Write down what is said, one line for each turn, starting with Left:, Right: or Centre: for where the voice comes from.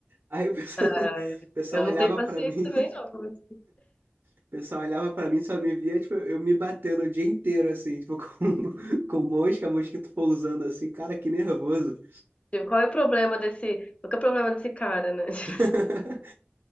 Right: Aí o pessoal,
Left: Ah,
Right: <laughs> o pessoal
Left: eu não
Right: olhava
Left: tenho paciência
Right: para mim.
Left: também, não. Como é que-
Right: O pessoal olhava pra mim, só me via, tipo, eu me batendo o dia inteiro, assim, tipo, com, <laughs> com mosca, mosquito pousando, assim, cara, que nervoso.
Left: Tipo, Qual é o problema desse, qual que é o problema desse cara, né? <laughs>
Right: <laughs>